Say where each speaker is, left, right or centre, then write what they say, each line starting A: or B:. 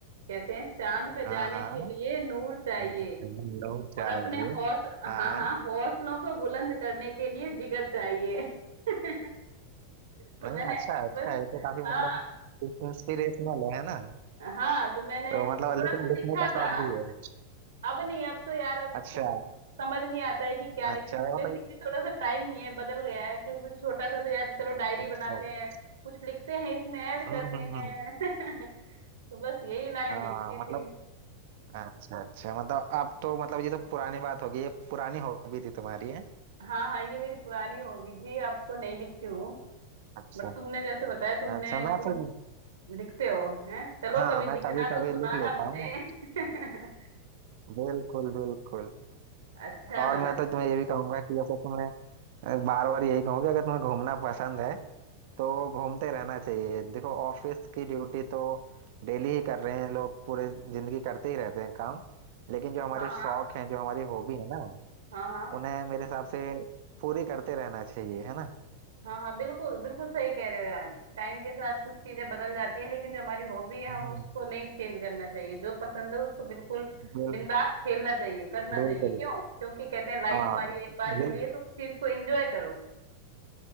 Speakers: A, on the right; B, on the right.
A: कहते हैं चांद पे
B: हाँ
A: जाने
B: हाँ
A: के लिए नूर चाहिए
B: लोग चाहिए
A: और अपने हौस
B: हाँ
A: हाँ
B: हाँ।
A: हाँ हौसलों को बुलंद करने के लिए जिगर चाहिए <laughs> तो
B: नहीं
A: मैंने
B: अच्छा है अच्छा
A: बस
B: है ये तो काफी
A: हाँ
B: मतलब इंस्पिरेशनल है ना
A: हाँ तो मैंने
B: तो मतलब
A: थोड़ा
B: लिखने,
A: सा
B: लिखने
A: लिखा
B: का शौक
A: था
B: भी है
A: अब नहीं अब तो यार अब
B: अच्छा
A: को समझ नहीं आता है कि क्या लिखे
B: अच्छा
A: और
B: है
A: बेसिकली
B: मतलब
A: थोड़ा सा टाइम नहीं है बदल गया है क्योंकि छोटा था तो यार चलो डायरी
B: अच्छा
A: बनाते
B: अच्छा
A: हैं कुछ लिखते हैं इसमें ऐड
B: हम्म
A: करते
B: हम्म
A: हैं
B: हम्म
A: <laughs> तो बस यही लाइन
B: हाँ
A: लिखी थी
B: मतलब अच्छा अच्छा मतलब अब तो मतलब ये तो पुरानी बात होगी ये पुरानी हॉबी थी तुम्हारी है
A: हाँ हाँ ये मेरी पुरानी हॉबी थी अब तो नहीं लिखती हूँ
B: अच्छा
A: बट तुमने जैसे बताया तुमने
B: अच्छा
A: तुम
B: मैं तो
A: लिखते हो हैं चलो
B: हाँ
A: कभी
B: मैं
A: लिखना
B: कभी कभी
A: तो सुनाना
B: लिख लेता
A: मुझे
B: हूँ
A: <laughs>
B: बिल्कुल बिल्कुल
A: अच्छा
B: और
A: लगा
B: मैं तो
A: तो
B: तुम्हें ये भी कहूंगा कि जैसे तुम्हें बार बार यही कहूंगा अगर तुम्हें घूमना पसंद है तो घूमते रहना चाहिए देखो ऑफिस की ड्यूटी तो डेली ही कर रहे हैं लोग पूरे जिंदगी करते ही रहते हैं काम लेकिन जो हमारे
A: हाँ हाँ
B: शौक हैं जो हमारी हॉबी है ना
A: हाँ हाँ
B: उन्हें मेरे हिसाब से पूरी करते रहना चाहिए है ना
A: हाँ हाँ बिल्कुल बिल्कुल सही कह रहे हो यार टाइम के साथ कुछ चीजें बदल जाती है लेकिन जो हमारी हॉबी है हमें
B: हम्म,
A: उसको नहीं चेंज करना चाहिए जो पसंद है उसको बिल्कुल
B: बिल,
A: दिन रात खेलना चाहिए करना
B: बिल्कुल
A: चाहिए क्यों क्योंकि कहते हैं लाइफ
B: हाँ
A: हमारी एक बार
B: बिल,
A: मिली है तो उस चीज को एंजॉय करो